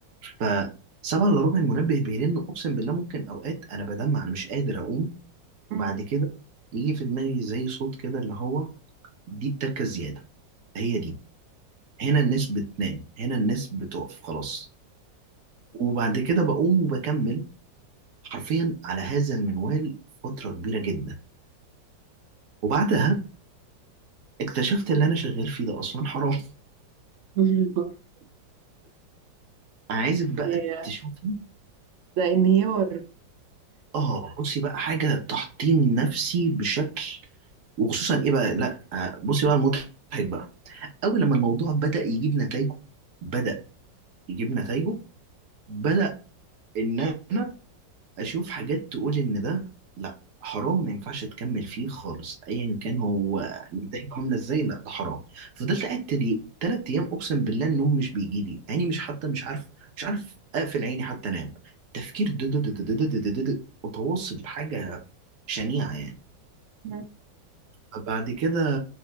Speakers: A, on the right (about 55°); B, on the right (about 85°).
A: فسبعة إلا ربع المنبه بيرن أقسم بالله ممكن أوقات أنا بدمع أنا مش قادر أقوم وبعد
B: مم.
A: كده يجي في دماغي زي صوت كده اللي هو دي التكة زيادة هي دي هنا الناس بتنام هنا الناس بتقف خلاص وبعد كده بقوم وبكمل حرفيا على هذا المنوال فترة كبيرة جدا وبعدها اكتشفت اللي أنا شغال فيه ده أصلا حرام
B: مم. <laughs>
A: انا عايزك بقى
B: ياه،
A: تشوفي
B: ده انهيار
A: اه بصي بقى حاجه تحطيم نفسي بشكل وخصوصا ايه بقى لا آه، بصي بقى المضحك بقى اول لما الموضوع بدا يجيب نتائجه بدا يجيب نتائجه بدا ان انا اشوف حاجات تقول ان ده لا حرام ما ينفعش تكمل فيه خالص ايا كان هو نتائجه عامله ازاي لا ده حرام فضلت قاعد تلي تلات ايام اقسم بالله النوم مش بيجي لي عيني مش حتى مش عارف مش عارف اقفل عيني حتى انام تفكير دد- دد- دد- دد- دد- دد- دد- متواصل حاجه شنيعه يعني
B: مم.
A: فبعد كده